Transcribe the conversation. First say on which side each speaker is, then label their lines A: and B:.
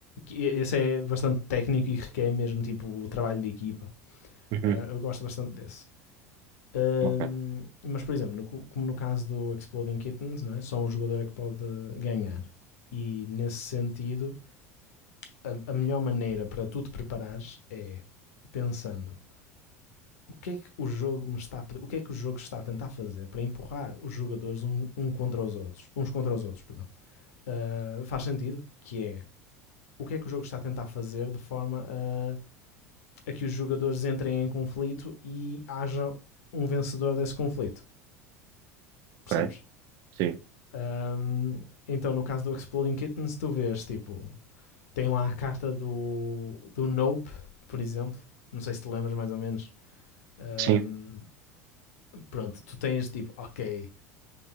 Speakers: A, on the left; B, on the right.
A: que esse é bastante técnico e requer mesmo tipo o trabalho de equipa.
B: Uhum.
A: Ah, eu gosto bastante desse. Ahm,
B: Ok,
A: mas, por exemplo, no co- como no caso do Exploding Kittens, não é? só um jogador é que pode ganhar. E nesse sentido, a, a melhor maneira para tu te preparares é pensando o que é que o jogo me está a o que é que o jogo está a tentar fazer para empurrar os jogadores um, um contra os outros, uns contra os outros, perdão. Ah, faz sentido que é o que é que o jogo está a tentar fazer de forma a, a que os jogadores entrem em conflito e haja um vencedor desse conflito, percebes?
B: ok, sim,
A: Ahm, então, no caso do Exploding Kittens, tu vês, tipo, tem lá a carta do, do Nope, por exemplo, não sei se te lembras mais ou menos, Um,
B: sim,
A: pronto, tu tens tipo, ok,